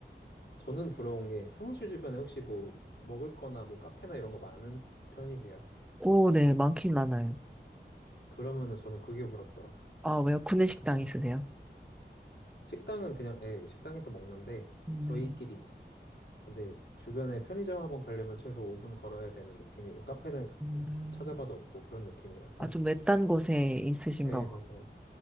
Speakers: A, on the left; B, in the centre.
A: 저는 부러운 게 사무실 주변에 혹시 뭐 먹을 거나 뭐 카페나 이런 거 많은 편이세요?
B: 오, 네, 많긴 많아요.
A: 그러면은 저는 그게 부럽더라고요.
B: 아, 왜요? 구내식당 있으세요?
A: 식당은 그냥 예, 식당에서 먹는데 음.
B: 음,
A: 저희끼리만. 근데 주변에 편의점 한번 가려면 최소 5분 걸어야 되는 느낌이고 카페는
B: 음.
A: 음.
B: 음.
A: 찾아봐도 없고 그런 느낌이라서.
B: 아, 좀 외딴 곳에 있으신가?
A: 예,
B: 봐.
A: 맞아요.